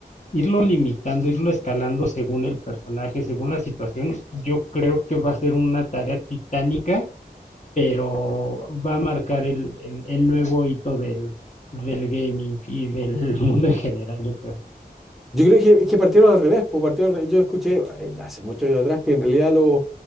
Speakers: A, on the left; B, in the centre.
A: irlo limitando, irlo escalando según el personaje, según la situación, yo creo que va a ser una tarea titánica, pero va a marcar el, el- el nuevo hito del, del gaming y del <laughs> mundo en general, yo creo.
B: Yo creo que es que partieron al revés, pues partieron al re- Yo escuché eh, hace muchos años atrás que en realidad los